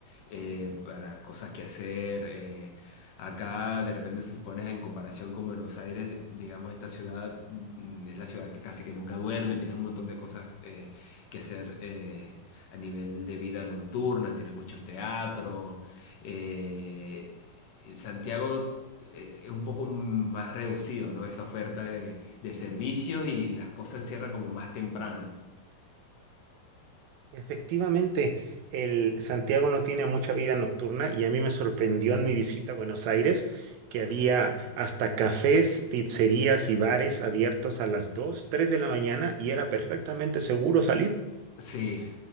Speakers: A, on the left; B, on the right.
A: Eh, para cosas que hacer. eh, acá, de repente, si te pones en comparación con Buenos Aires, digamos, esta ciudad mm, es la ciudad que casi que nunca duerme, tienes un montón de cosas eh, que hacer eh, a nivel de vida nocturna, tienes muchos teatros. eh, Santiago eh, es un poco más reducido, ¿no? Esa oferta de, de servicios y las cosas cierran como más temprano.
B: Efectivamente, el Santiago no tiene mucha vida nocturna y a mí me sorprendió en mi visita a Buenos Aires que había hasta cafés, pizzerías y bares abiertos a las 2, 3 de la mañana y era perfectamente seguro salir.
A: Sí.